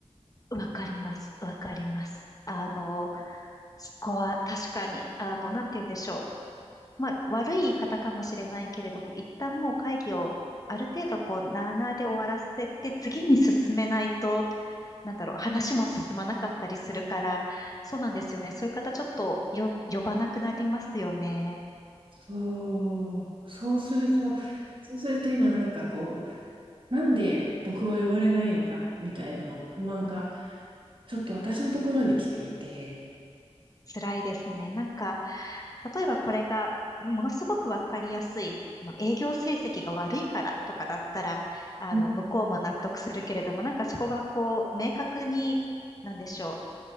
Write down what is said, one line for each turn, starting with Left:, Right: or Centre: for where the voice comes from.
Left: う、わかります、わかります。あの、そこは確かに、あの、なんて言うんでしょう。まあ、悪い言い方かもしれないけれども、一旦もう会議をある程度こう、なあなあで終わらせて、次に進めないと、なんだろう、話も進まなかったりするから、そうなんですよね。そういう方、ちょっとよ呼ばなくなりますよね。
Right: そう、そうすると、そうすると今なんかこう、なんで僕は呼ばれないのか、みたいなの不満が、ちょっと私のところに来ていて、
Left: 辛いですね。なんか、例えばこれが、ものすごくわかりやすい、あの営業成績が悪いからとかだったら、あの、
Right: う
Left: 向こうも納得するけれども、なんかそこがこう、明確に、なんでしょう。